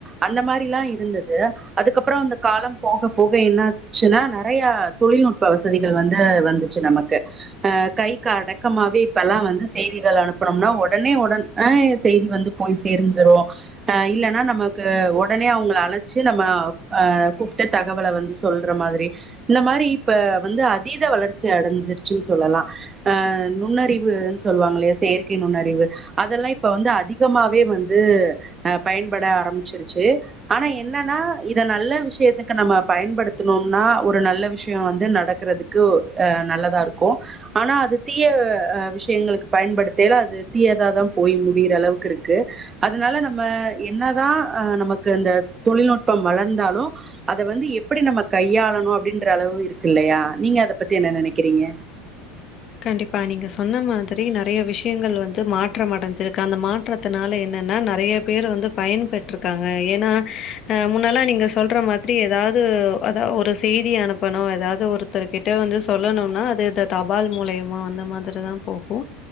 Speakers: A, on the right; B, on the left.
A: அந்த மாரி டிலா இருந்தது அதுக்கப்பற அந்த காலம் போகப்போக என்னாச்சுனா நெறைய தொழில்நுட்ப வசதிகள் வந்து வந்துச்சு நமக்கு அ கைக்கு அடக்கமாவே இப்ப எல்லா வந்து செய்திகள் அனுப்பனுனா வொடனே வொடன் ஆ செய்தி வந்து போய் சேர்ந்துரு அ இல்லன்னா நமக்கு ஒ ஒடனே அவங்கள அழச்சு நம்மோ அ கூப்டு தகவல வந்து சொல்ற மாதிரி இந்த மாரி இப்ப வந்து அதீத வளர்ச்சி அடைஞ்சிருச் சின் சொல்லலா அ நுண்ணறிவுனு சொல்லுவாங்கள்லயா செயற்கை நுண்ணறிவு அதெல்லா இப்ப வந்து அதிகமாவே வந்து அ பயன்பட ஆரம்பிச்சிரு ச்சே ஆனா என்னனா இத நல்ல விஷ்யத்துக்கு நம்ம பயன்படுத்துனோம்னா ஒரு நல்ல விஷ்ய வந்து நடக்குறதுக் கு அ நல்லதா இருக்கு ஆனா அது தீய ஆ விஷ்யங்களுக்கு பயன்படுத்தல அது தீயதாதா போய் முடியிற அளவுக்கு இருக்கு அதுனால நம்ம என்னதா அ நமக்கு அந்த தொழில்நுட்பம் வளந்தாலு அத வந்து எப்படி நம்ம கையாளணு அப்டின்ற அளவு இருக்கு இல்லயா நீங்க அத பத்தி என்ன நெனக்கிறீங்க
B: கண்டிப்பா நீங்க சொன்ன மாதிரி நெறைய விஷ்யங்கள் வந்து மாற்றம் அடஞ்சு ருக்கு அந்த மாற்றத்தனால என்னன்னா நெறைய பேர் வந்து பயன்பெற்ருக்காங்க ஏனா ஆ முன்னெல்லாம் நீங்க சொல்ற மாதிரி எதாது அதா ஒரு செய்தி அனுப்பணு எதாவது ஒரு ருத்தர்கிட்ட வந்து சொல்லணுனா அது இத்த தபால் மூலயமா அந்த மாதிரிதா போகு